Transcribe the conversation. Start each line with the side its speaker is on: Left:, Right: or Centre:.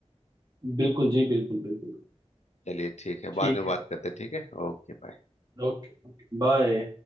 Right: बिल्कुल जी बिल्कुल बिल्कुल
Left: चलिए ठीक है
Right: ठीक
Left: बाद में बात
Right: है
Left: करते हैं ठीक है ओके बाय
Right: ओके बाय